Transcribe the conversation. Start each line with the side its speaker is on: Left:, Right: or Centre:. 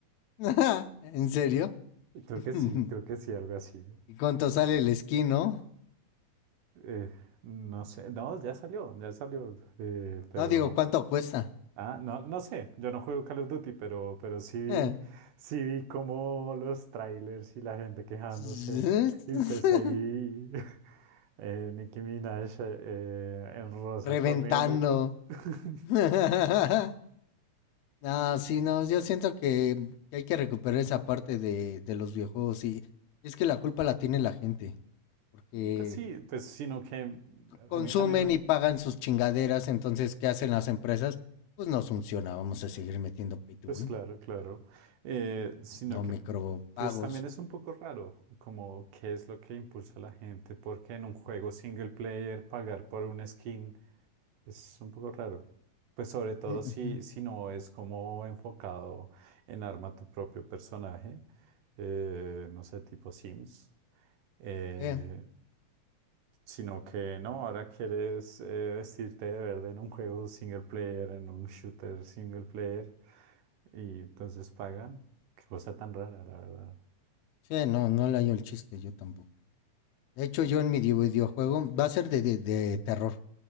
Left: <laughs> ¿En serio?
Right: <laughs> Creo
Left: <laughs>
Right: que sí, creo que sí, algo así.
Left: ¿Y cuánto sale el skin, no?
Right: Eh, no sé, no, ya salió, ya salió, eh, pero...
Left: No digo, ¿cuánto cuesta?
Right: Ah, no, no sé, yo no juego Call of Duty, pero, pero sí vi,
Left: Eh.
Right: sí vi como los trailers y la gente quejándose.
Left: <laughs>
Right: Y pues ahí <laughs> eh, Nicki Minaj eh, en rosa
Left: Reventando.
Right: corriendo con... <laughs>
Left: <laughs> no, sí, no, yo siento que, que hay que recuperar esa parte de, de los videojuegos y es que la culpa la tiene la gente, porque
Right: Pues sí, pues sino que
Left: consumen
Right: a mí también me,
Left: y pagan sus chingaderas, entonces, ¿qué hacen las empresas? Pues no funciona, vamos a seguir metiendo pay to
Right: Pues
Left: win,
Right: claro, claro. Eh, sino
Left: no
Right: que
Left: micropagos.
Right: pues también es un poco raro como qué es lo que impulsa a la gente, porque en un juego single player pagar por un skin es un poco raro. Pues sobre todo
Left: Mm,
Right: si,
Left: ujú.
Right: si no es como enfocado en arma tu propio personaje, eh, no sé, tipo Sims, eh,
Left: Eh,
Right: sino que no, ahora quieres eh, vestirte de verde en un juego single player, en un shooter single player. Y entonces pagan. Qué cosa tan rara, la verdad.
Left: sí, no, no le hallo el chiste, yo tampoco. De hecho, yo en mi videojuego va a ser de, de, de terror.